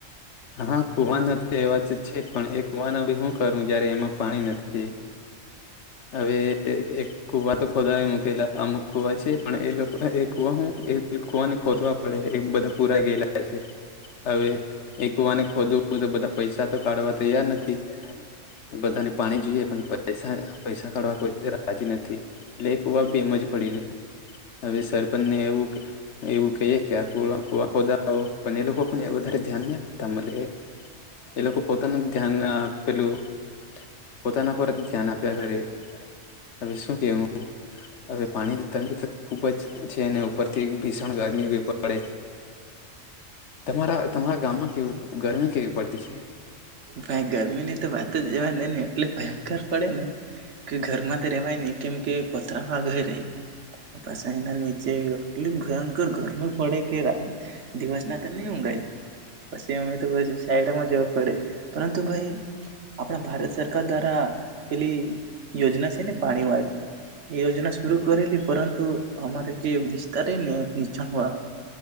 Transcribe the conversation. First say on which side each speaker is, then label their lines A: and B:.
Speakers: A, on the left; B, on the right.
A: હા કુવા એ વા તો છે પણ એ કુવા ના હ હું કરું જયારે એમાં પાણી નથી હવે એ એ એક કુવા તો ખોદવા મૂકેલા અમુક કુવા છે પણ એ લોકો એ કુવા હુ કુવાને ખોદવા પડે એ બધા પુરા ગયેલા છે હવે એ કુવાને ખોદવ તો બધા પૈસા તો કાઢવા તૈયાર નથી બધાને પાણી જોઈએ પણ પૈસા પૈસા કાઢવા કોઈ રા નથી એટલે એ કુવા બીમ જ પડી ન હવે સરપંચને એવું એવું કહીએ કે આ કુવા કુવા ખોદો પણ એ લોકો પણ વધારે દયાન નહીં આપતાં મલે એ લોકો પોતાનું ધ્યાન આ પેલું પોતાના પર ધ્યાન આપ્યા કરે હવે શું કેવું હવે પાણીની તંગી ખુબ જ છે ને ઉપરથી ભીષણ ગરમી પડે તમારા તમારા ગામમાં કેવી ગરમી કેવી પડતી છે.
B: ભાઈ ગરમી ની તો વાત જ જવા દે ને એટલે ભયંકર પડે ને કે ઘરમાં તો રહેવાય નહી કેમ કે પત્રવા ઘરે પ ચાઈના નીચે એટલે ભયંકર ગરમી પડે કે રાત દિવસ ના તો નહી ઊઘાય પછી અમે તો પીસી સાયડામાં જવા પડે. પરંતુ ભાઈ આપણા ભારત સરકાર દ્વારા પેલી યોજના છે ને પાણી વાળી એ યોજના શરુ કરેલી પરંતુ અમારે જે વિસ્તાર છે ને નીચાણ વાળા